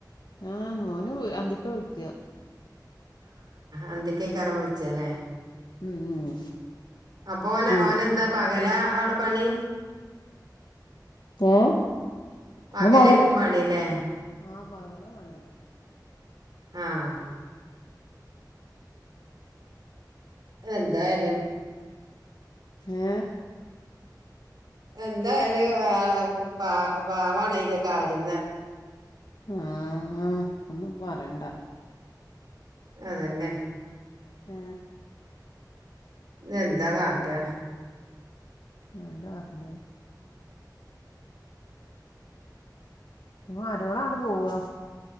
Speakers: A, on the left; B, on the right.
A: ആഹ മോൻ അന്തിക്ക വിളിക്ക
B: അന്തിക്ക്‌ അയ്കാരം വിളിച്ചല്ലേ
A: ഉം ഉം
B: അപ്പൊ ഓന്
A: ഉം
B: ഓനെന്താ പകല അവ് ടെ പണി
A: ഓ
B: പകലേരിക്കും
A: പകല
B: പണില്ലേ
A: ആ പകല പണി
B: ആഹ എന്തായാലും
A: ഏ
B: എന്തായാലും പ പാവാണ് അയിന്റെ കര്യം എന്ന് പറി
A: ആഹ ഒന്നും പറണ്ട.
B: അതന്നെ
A: ഏ
B: എന്താ കാട്ടാ
A: ആരാ പറഞ്ഞ് മരോള് ആണ്ട് പോവാ